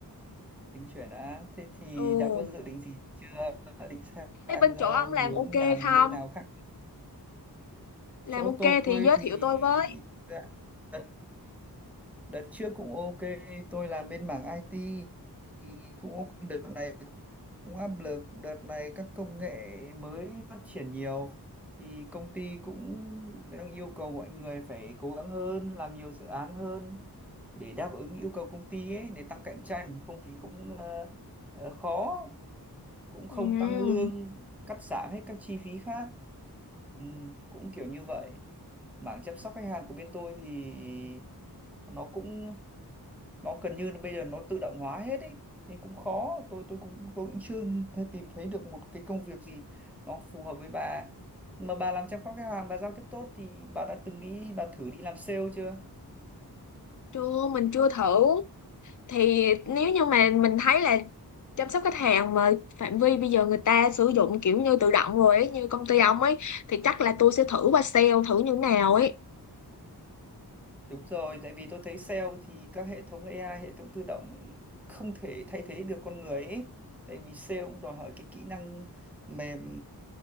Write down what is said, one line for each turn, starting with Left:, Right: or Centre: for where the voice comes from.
Centre: tính chuyển á thế thì
Left: ừ
Centre: đã có dự định gì chưa Đã định sang
Left: thế bên chỗ
Centre: ờ,
Left: ông
Centre: hướng
Left: làm ok
Centre: làm
Left: không
Centre: bên nào khác
Left: làm
Centre: chỗ
Left: ok
Centre: tôi
Left: thì giới
Centre: thì
Left: thiệu tôi với
Centre: đã- đợt, đợt trước cũng ok tôi làm bên mảng IT thì cũng ok đợt này cũng áp lực đợt này các công nghệ mới phát triển nhiều thì công ty cũng đang yêu cầu mọi người phải cố gắng hơn làm nhiều dự án hơn để đáp ứng yêu cầu công ty ấy để tăng cạnh tranh không thì cũng ờ, ờ, khó cũng không
Left: ừ
Centre: tăng lương cắt giảm hết các chi phí khác ừ, cũng kiểu như vậy mảng chăm sóc khách hàng của bên tôi thì nó cũng nó gần như là bây giờ nó tự động hóa hết ấy nên cũng khó tôi tôi cũng tôi cũng chưa thấy, tìm thấy được một cái công việc gì nó phù hợp với bà mà bà làm chăm sóc khách hàng bà giao tiếp tốt thì bà đã từng nghĩ bà thử đi làm sale chưa
Left: chưa mình chưa thử thì nếu như mà mình thấy là chăm sóc khách hàng mà phạm vi bây giờ người ta sử dụng kiểu như tự động rồi ấy, như công ty ông ấy thì
Centre: Ừ.
Left: chắc là tôi sẽ thử qua sale thử như nào ấy
Centre: Đúng rồi, tại vì tôi thấy sale thì các hệ thống AI, hệ thống tự động không thể thay thế được con người ấy. Tại vì sale cũng đòi hỏi cái kỹ năng mềm